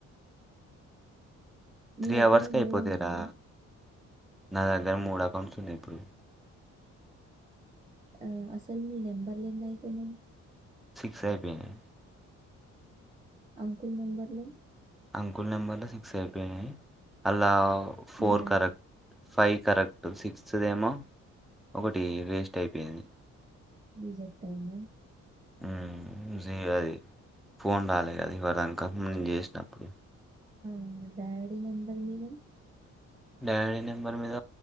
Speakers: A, on the right; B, in the centre.
A: నీ
B: త్రీ
A: దగ్గర
B: అవర్స్కి
A: మూడు
B: అయిపోతాయి
A: ఉన్నాయా
B: రా నా దగ్గర మూడు అకౌంట్స్ ఉన్నాయి. ఇప్పుడు
A: అ అసలు మీ నెంబర్లేనైపోయినై
B: సిక్స్ అయిపోయినయీ
A: అంకుల్ నెంబర్లు
B: అంకుల్ నెంబర్ లో సిక్స్ అయిపోయినాయి అల్లా four
A: dad
B: correct five correct సిక్స్త్దేమో ఒకటి వేస్ట్ అయిపోయింది.
A: రిజెక్ట్ అయింద.
B: ఉహ్మ్మ్ ఈజీ ఎ అది ఫోన్ రాలే కదా ఇవార్దాంకా నేను చేసినప్పుడు.
A: అవును డాడీ నంబర్ మీనా
B: డాడీ నెంబర్ మీద